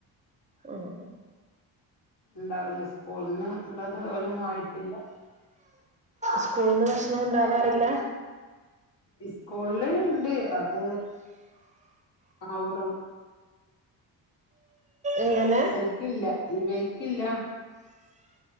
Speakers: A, on the right; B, on the left.
A: ആഹ്.
B: ഇണ്ടാവില്ല സ്കൂള്ന്ന് ഇള്ളത് ഓരൊന്നും ആയിട്ടില്ല.
A: സ്കൂളിന്ന് ഭക്ഷണം ഉണ്ടാവാറില്ല.
B: ഇസ്കൂളില് ഇണ്ട്, അത് ആവിടൊ
A: എങ്ങനെ
B: വൽക്കില്ല ഇവൽക്കില്ല.